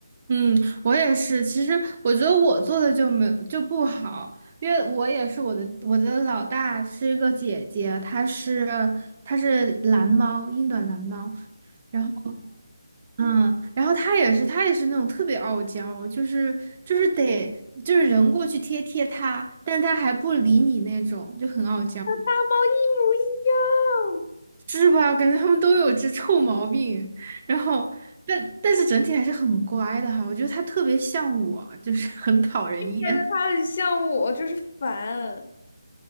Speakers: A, on the right; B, on the left.
A: 嗯，我也是。其实我觉得我做的就没就不好，因为我也是我的我的老大是一个姐姐，她是她是蓝猫，英短蓝猫。然后，嗯，然后她也是，她也是那种特别傲娇，就是就是得就是人过去贴贴她，但她还不理你那种，就很傲娇。
B: 大猫一模一样，
A: 是吧？感觉他们都有这臭毛病，然后，但但是整体还是很乖的哈。我觉得他特别像我，就是很讨人厌。
B: 觉得它很像我，就是烦。